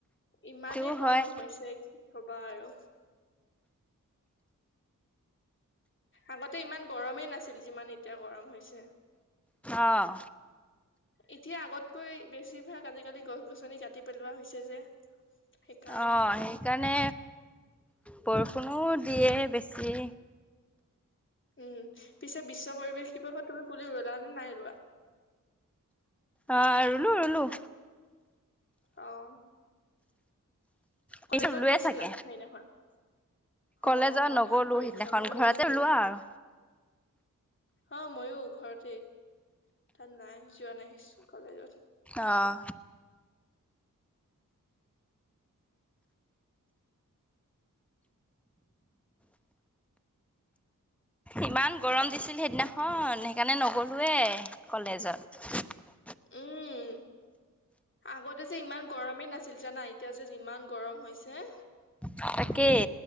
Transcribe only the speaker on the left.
ইমানেই
গৰম হৈছে কি? ক'বা আৰু আগতে ইমান গৰমেই নাছিল যিমান এতিয়া গৰম হৈছে।
এতিয়া আগতকৈ বেছিভাগ আজিকালি গছ গছনি কাটি পেলোৱা হৈছে যে। সেইকাৰণে
উম
উম পিছে বিশ্ব পৰিৱেশ দিৱসত কিবা পুলি ৰুলা নে নাই ৰোৱা?
অ'
কলেজত
গৈছিলা
সেইদিনাখন।
অ অ
ভাল কৰিছা
মই
ৰুইছো দেই
অ' ময়ো ঘৰতে ত নাই যোৱা নাই কলেজত।
উম আগতে যে ইমান গৰমেই নাছিল জানা। এতিয়া যে যিমান গৰম হৈছে।